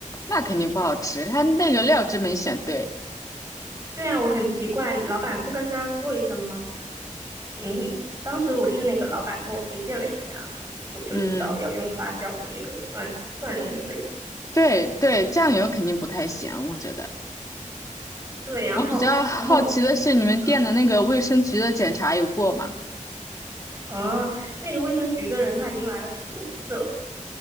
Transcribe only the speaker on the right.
对啊，我很奇怪，老板不跟他说一声吗？嗯，当时我是那个老板跟我推荐了一下，我就知道要用辣椒跟那个蒜蒜蓉水吧。
对，然后然后
嗯啊，那个卫生局的人他已经来了四五次了。